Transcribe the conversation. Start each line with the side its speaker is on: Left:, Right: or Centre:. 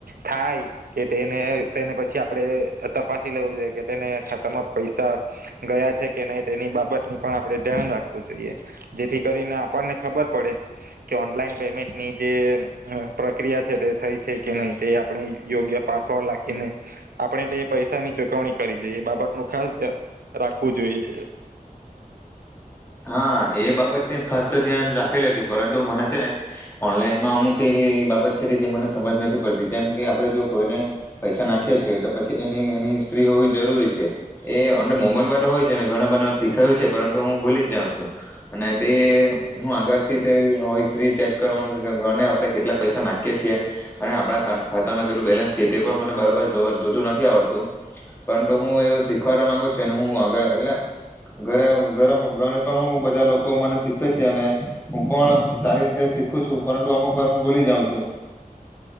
Right: થાય કે તેને તેને પછી આપણેે તપાસી લેવું જોઈએ કે તે ખાતામાં પૈસા ગયા છે, કે નહી તેની બાબતની પણ આપણે ધ્યાન રાખવું જોઈએ જેથી કરીને આપણને ખબર પડે કે ઓનલાઈન પેમેન્ટની જે પ્રક્રિયા છે તે થઈ છે કે નહી તે આપણે યોગ્ય પાસવર્ડ લખીને આપણે તે પૈસાની ચુકવણી કરી જઈએ એ બાબત નું ખાસ ધ્યાન રાખવું જોઈએ.
Left: હા એ બાબત ખાસ તો ધ્યાન રાખેલી હતી. પરંતુ મને છે ને ઓનલાઈનમાં અમુક એવી બાબત છે કે જે મને સમજ નથી પડતી જેમ કે આપડણે જો કોઈને પૈસા નાખીએ છીએ તો પછી એની એની હિસ્ટ્રી હોવી જરૂરી એ અંદર મોબાઈલમાં હોય છે અને ઘણા બધને શીખાયું છે, પરંતુ હું ભૂલી જ તે હું આગળથી હિસ્ટ્રી ચેક કરવાનું ગણે આપણે કેટલા પૈસા નાખીએ છીએ અને આપડા ખાતામાં કેટલું બેલેન્સ છે. તે પણ મને બરાબર જોતું નથી આવડતું પરંતુ હું એવું શીખવા માંગુ છું હું આ એટલે ઘરે ઘરે પણ હું બધા લોકો મને શીખવે છે, અને હું પણ સારી રીતે શીખું છું પરંતુ અમુક વાર હું ભોલી જાઉં છું.